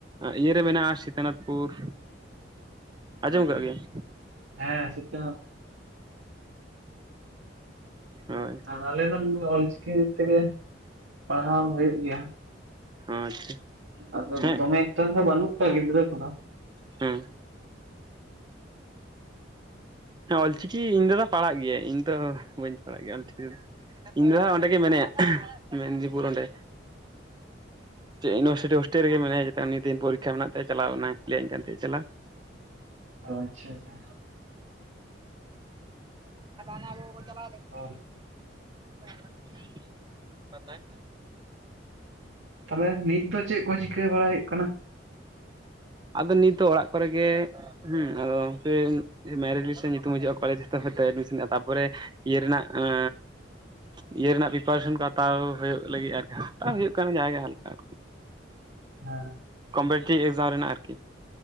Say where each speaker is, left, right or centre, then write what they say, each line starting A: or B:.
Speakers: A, on the right; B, on the right.
A: ᱤᱭᱟᱹᱨᱮ ᱢᱮᱱᱟᱜᱼᱟ ᱥᱤᱛᱟᱱᱟᱛᱷᱯᱩᱨ᱾ ᱟᱸᱡᱚᱢ
B: ᱚ
A: ᱠᱟᱜ ᱜᱮᱭᱟᱢ
B: ᱦᱮᱸ ᱥᱤᱛᱟᱹ
A: ᱦᱳᱭ
B: ᱟᱨ ᱟᱞᱮ ᱫᱚ ᱱᱚᱰᱮ ᱚᱞᱪᱤᱠᱤ ᱛᱮᱜᱮ ᱯᱟᱲᱦᱟᱣ ᱦᱩᱭᱩᱜ ᱜᱮᱭᱟ᱾
A: ᱦᱚᱸ ᱟᱪᱪᱷᱟ
B: ᱟᱫᱚ
A: ᱦᱮᱸ
B: ᱫᱚᱢᱮ ᱮᱠᱴᱟ ᱫᱚ ᱵᱟᱹᱱᱩᱜ ᱠᱚᱣᱟ ᱜᱤᱫᱽᱨᱟᱹ ᱠᱚᱫᱚ
A: ᱦᱮᱸ ᱦᱮᱸ ᱚᱞᱪᱤᱠᱤ ᱤᱧ ᱫᱟᱫᱟᱭ ᱯᱟᱲᱦᱟᱜ ᱜᱮᱭᱟ ᱤᱧ ᱫᱚ ᱵᱟᱹᱧ ᱯᱟᱲᱦᱟᱜ ᱜᱮᱭᱟ ᱚᱞᱪᱤᱠᱤ ᱫᱚ ᱤᱧ ᱫᱟᱫᱟ ᱦᱚᱸ ᱚᱸᱰᱮ ᱜᱮ ᱢᱮᱱᱮᱭᱟ ᱢᱮᱱᱫᱤᱯᱩᱨ ᱚᱸᱰᱮ ᱪᱮᱫ ᱤᱭᱩᱱᱤᱵᱷᱟᱨᱥᱤᱴᱤ ᱦᱳᱥᱴᱮᱞ ᱨᱮᱜᱮ ᱢᱮᱱᱟᱭᱟ <unintelligible> ᱫᱤᱱ ᱯᱚᱨᱤᱠᱷᱟ ᱢᱮᱱᱟᱜ ᱛᱟᱭᱟ ᱪᱟᱞᱟᱣᱱᱟᱭ ᱞᱟᱹᱭᱟᱧ ᱠᱟᱱ ᱛᱟᱦᱮᱸᱫ ᱪᱟᱞᱞᱟᱣ <inaudible>
B: ᱚ ᱟᱪᱪᱷᱟ ᱟᱪᱪᱷᱟ
A: <unintelligible>
B: ᱚᱻ
A: <unintelligible>
B: ᱛᱟᱦᱚᱞᱮ ᱱᱤᱛ ᱫᱚ ᱪᱮᱫ ᱠᱚ ᱪᱤᱠᱟᱹ ᱵᱟᱲᱟᱭ ᱦᱩᱭᱩᱜ ᱠᱟᱱᱟ
A: ᱟᱫᱚ ᱱᱤᱛᱚᱜ ᱚᱲᱟᱜ ᱠᱚᱨᱮ ᱜᱮᱼᱼ ᱦᱮᱸ ᱟᱫᱚ <unintelligible> ᱢᱮᱨᱤᱴ ᱞᱤᱥᱴ ᱨᱮ ᱧᱩᱛᱩᱢ ᱦᱤᱡᱩᱜᱼᱟ ᱠᱚᱞᱮᱡᱽ <unintelligible> ᱛᱟᱯᱚᱨᱮᱼᱼ ᱤᱭᱟ ᱨᱮᱱᱟᱜ ᱟᱸ ᱤᱭᱟᱹ ᱨᱮᱱᱟᱜ ᱯᱤᱯᱟᱨᱮᱥᱚᱱ ᱠᱚ ᱦᱟᱛᱟᱣ ᱦᱩᱭᱩᱜ ᱞᱟᱹᱜᱤᱫ ᱟᱨᱠᱤ ᱦᱟᱛᱟᱣ ᱦᱩᱭᱩᱜ ᱠᱟᱱᱟ ᱡᱟᱜᱮ ᱦᱟᱞᱠᱟ ᱟᱨᱠᱤ <inaudible>
B: ᱦᱮᱸ
A: ᱠᱚᱢᱯᱤᱴᱤ ᱮᱠᱡᱟᱢ ᱨᱮᱱᱟᱜ ᱟᱨᱠᱤ